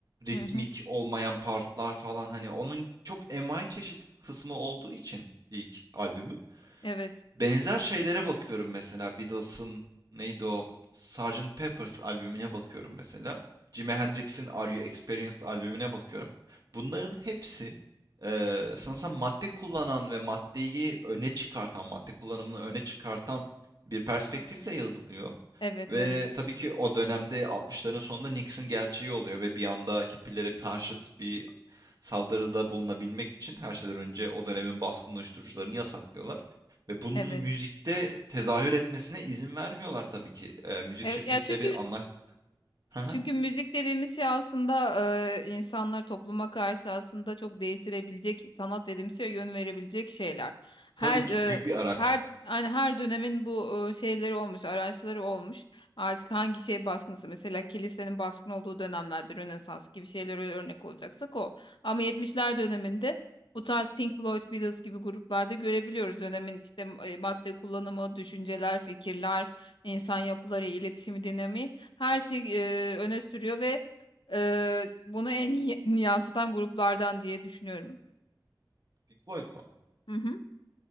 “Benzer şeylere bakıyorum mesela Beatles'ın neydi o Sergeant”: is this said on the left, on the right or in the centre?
Right